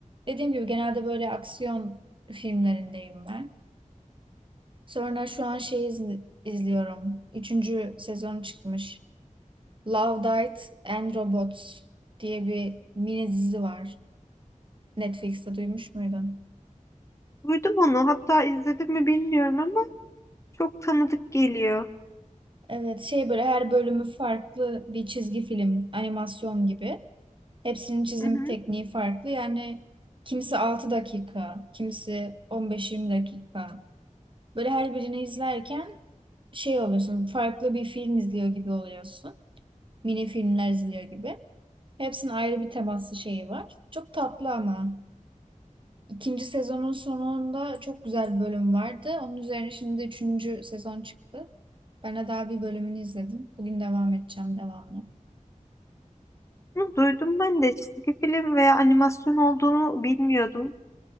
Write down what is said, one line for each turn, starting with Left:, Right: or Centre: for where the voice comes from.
Right: dediğim gibi genelde böyle aksiyon filmlerindeyim ben. Sonra şu an şey izli- izliyorum. Üçüncü sezonu çıkmış. Love, Death and Robots diye bir mini dizi var. Netflix'te duymuş muydun?
Left: Duydum onu. Hatta izledim mi bilmiyorum ama çok tanıdık geliyor.
Right: Evet şey böyle her bölümü farklı bir çizgi film, animasyon gibi. Hepsinin çizim
Left: Hı hı.
Right: tekniği farklı. Yani kimisi 6 dakika, kimisi on beş yirmi dakika. Böyle her birini izlerken şey oluyorsun, farklı bir film izliyor gibi oluyorsun. Mini filmler izliyor gibi. Hepsinin ayrı bir temaslı şeyi var. Çok tatlı ama. İkinci sezonun sonunda çok güzel bir bölüm vardı. Onun üzerine şimdi üçüncü sezon çıktı. Ben de daha bir bölümünü izledim. Bugün devam edeceğim devamlı.
Left: Bunu Duydum ben de çizgi film veya animasyon olduğunu bilmiyordum.